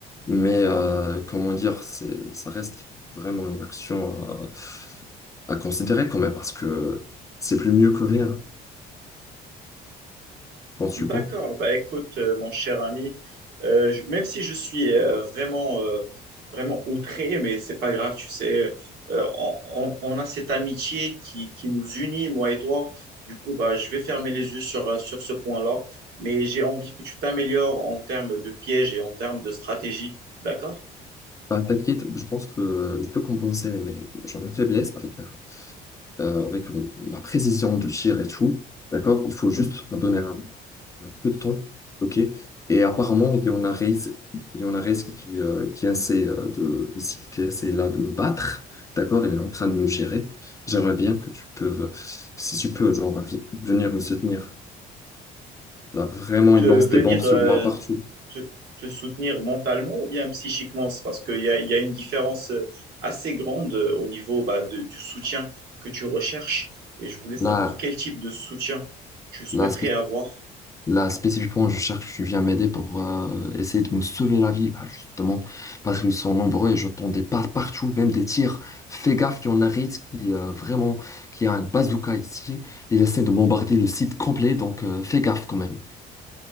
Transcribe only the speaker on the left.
mais euh, comment dire, c'est, ça reste vraiment une action à, à considérer quand même, parce que c'est plus mieux que rien, penses-tu
pas?
Bah, t'inquiète, je pense que je peux compenser mes, genre, mes faiblesses avec euh, avec euh, ma précision de tir et tout, d'accord? Il faut juste me donner un, un peu de temps, ok? Et apparemment, il y en a Reis, il y en a Reis qui, euh, qui essaie euh, de, ici, qui essaie là de me battre, d'accord? Il est en train de me gérer. J'aimerais bien que tu peux, si tu peux, genre, vi- venir me soutenir. Là, vraiment,
il lance
des bombes sur
moi partout.
Là,
là,
Là, spécifiquement, je cherche, que tu viens m'aider pour euh, essayer de me sauver la vie, là, justement, parce qu'ils sont nombreux et j'entendais pas partout, même des tirs. Fais gaffe, il y en a Ritz qui, euh, vraiment, qui a un bazooka ici. Il essaie de bombarder le site complet, donc euh, fais gaffe quand même.